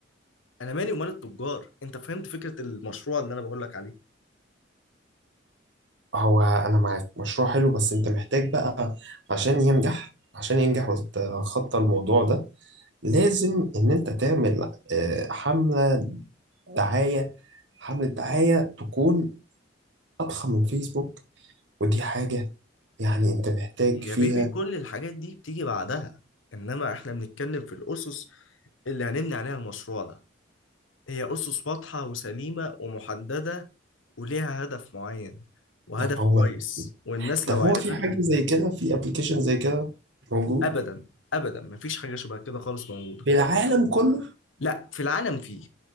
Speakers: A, on the left; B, on the right.
A: انا مالي ومال التجار انت فهمت فكرة المشروع اللي انا بقول لك عليه
B: هو انا معاك مشروع حلو بس انت محتاج بقى عشان ينجح عشان ينجح وتتخطى الموضوع ده لازم ان انت تعمل آه، حملة دعاية حملة دعاية تكون اضخم من فيسبوك ودي حاجة يعني انت محتاج
A: يا
B: فيها
A: بيبي كل الحاجات دي بتيجي بعدها انما احنا بنتكلم في الاسس اللي هنبني عليها المشروع ده هي أسس واضحة وسليمة ومحددة وليها هدف معين وهدف
B: هو
A: كويس والناس
B: طب
A: لو
B: هو
A: عرفته
B: في حاجة زي كده في ابلكيشن زي كده موجود
A: أبدا أبدا مفيش حاجة شبه كده خالص موجودة
B: في العالم كله
A: لا في العالم فيه